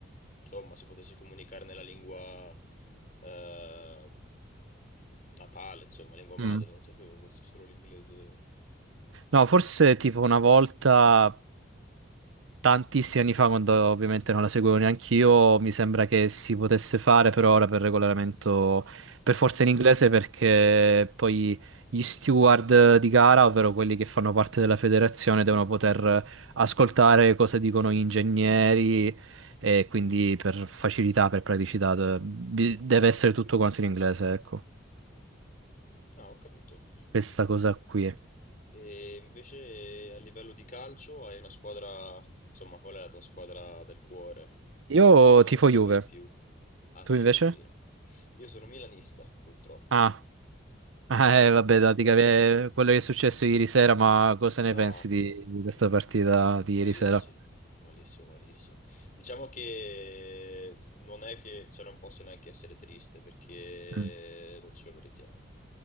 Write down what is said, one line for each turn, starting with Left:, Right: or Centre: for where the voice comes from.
Left: insomma si potesse comunicare nella lingua eh, natale, insomma, lingua madre,
Right: mm.
Left: non sapevo questo, solo l'inglese.
Right: No, forse tipo una volta, tantissimi anni fa, quando ovviamente non la seguivo neanche io, mi sembra che si potesse fare, però ora per regolamento, per forza in inglese, perché poi gli steward di gara, ovvero quelli che fanno parte della federazione, devono poter ascoltare cosa dicono gli ingegneri e quindi per facilità, per praticità, de- bi- deve essere tutto quanto in inglese, ecco.
Left: Ah, ho capito.
Right: questa cosa qui.
Left: E invece a livello di calcio hai una squadra, insomma, qual è la tua squadra del cuore?
Right: Io
Left: Quella
Right: tifo
Left: che segui
Right: Juve,
Left: di più? Ah, sei
Right: tu invece?
Left: Juventino. Io sono milanista, purtroppo.
Right: Ah, <laughs> ah,
Left: Purtroppo,
Right: eh, vabbè,
Left: purtroppo.
Right: da, dica, eh, quello che è successo ieri sera, ma cosa ne
Left: No,
Right: pensi di, di questa partita di
Left: malissimo,
Right: ieri sera?
Left: malissimo, malissimo. Diciamo che non è che, cioè non posso neanche essere triste perché
Right: Mm.
Left: non ce lo meritiamo.